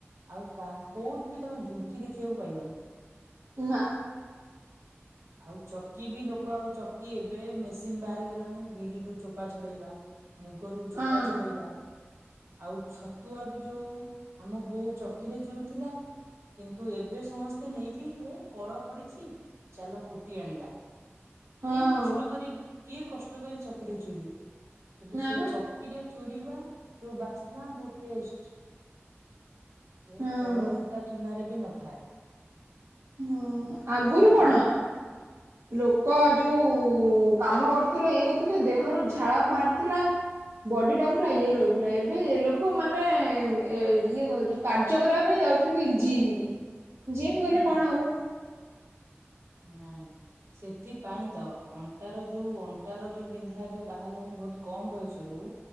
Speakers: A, on the right; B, on the right.
A: ଆଉ କାହା କୋଉଠି ବି ତମେ ଢିଙ୍କି ଦେଖିବାକୁ ପାଇବନି।
B: ନା।
A: ଆଉ ଚକି ବି ଲୋକ ଆଉ ଚକି ଏବେ ମେସିନ ବାହାରି ଗଲାଣି ବିରିରୁ ଚୋପା ଛଡେଇବା। ଗୋରୁ ଚୋପା
B: ହଁ
A: ଛଡ଼େଇବା। ଆଉ ଛତୁଆ ବି ଯୋଉ ଆମ ବୋଉ ଚକିରେ ଚୁରୁଥିଲା। କିନ୍ତୁ ଏବେ ସମସ୍ତେ ନେଇକି ହେ କଳ ପଡିଛି। ଚାଲ କୁଟି ଆଣିବା।
B: ହଁ
A: କିଏ କଷ୍ଟ କରି କିଏ କଷ୍ଟ କରି ଚକିରେ ଚୁରିବ କିନ୍ତୁ
B: ନା
A: ସେ
B: ବା
A: ଚକି ରେ ଚୁରିବା ଯୋଉ ବାସ୍ନା ଯୋଉ ଟେଷ୍ଟ। ସେ
B: ହଁ।
A: କଳ କୂଟା ଚୂନାରେ ବି ନଥାଏ।
B: ହଁ ଆଗରୁ କଣ
A: ତେଣୁ
B: ଲୋ କ ଯୋଉ କାମ କରୁଥିଲା ଇଏ କରୁଥିଲେ ଦେହରୁ ଝାଳ ବାହାରିଥିଲା। ବଡି ଟା ପୁରା ଇଏ ରହୁଥିଲା ଏବେ ଲୋକ ମାନେ ଏ ଇଏ କ ଯୋଉ କାର୍ଯ୍ୟ କରିବା ପାଇଁ ଯାଉଛନ୍ତି ଜିମି କି
A: ହୁଁ
B: ଜିମି ଗଲେ କଣ ହବ?
A: ନାଇଁ। ସେଥିପାଇଁ ତ ଅଣ୍ଟାର ଯୋଉ ଅଣ୍ଟାର ଯୋଉ ବିନ୍ଧା ଏବେ ବାହାରିଲାଣି ବହୁତ କମ ବୟସରୁ